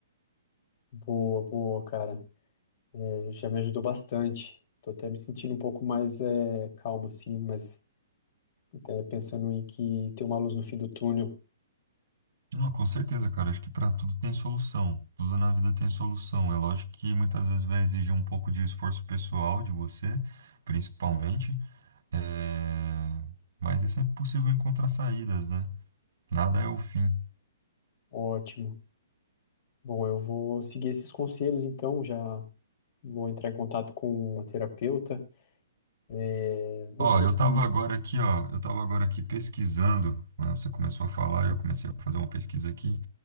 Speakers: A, on the left; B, on the right.
A: Boa, boa, cara. É, já me ajudou bastante. Tô até me sentindo um pouco mais é, calmo, assim, mas é, pensando em que tem uma luz no fim do túnel.
B: Não, com certeza, cara. Acho que para tudo tem solução. Tudo na vida tem solução. É lógico que muitas vezes vai exigir um pouco de esforço pessoal de você, principalmente, é, mas é sempre possível encontrar saídas, né? Nada é o fim.
A: Ótimo. Bom, eu vou seguir esses conselhos, então, já vou entrar em contato com uma terapeuta. É, não
B: Ó,
A: sei
B: eu
A: se.
B: tava agora aqui, ó, eu tava agora aqui pesquisando, né, Você começou a falar, eu comecei a fazer uma pesquisa aqui,